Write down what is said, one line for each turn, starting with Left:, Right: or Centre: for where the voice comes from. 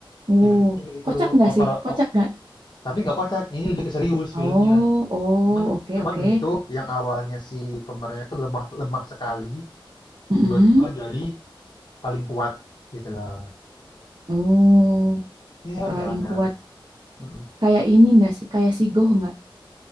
Right: Uh,
Left: Tipe-tipenya kayak gitu.
Right: kocak nggak
Left: Over,
Right: sih?
Left: op-
Right: Kocak nggak?
Left: tapi nggak kocak. Ini lebih ke serius
Right: Oh,
Left: filmnya.
Right: oh,
Left: Cuman,
Right: oke,
Left: cuman
Right: oke.
Left: ini tuh yang awalnya si pemerannya tuh lemah, lemah sekali,
Right: Mm-mm.
Left: tiba-tiba jadi paling kuat gitu loh.
Right: Uh,
Left: Ini rame,
Right: paling
Left: rame,
Right: kuat.
Left: rame. Mm.
Right: Kayak ini nggak sih? Kayak si Goh nggak?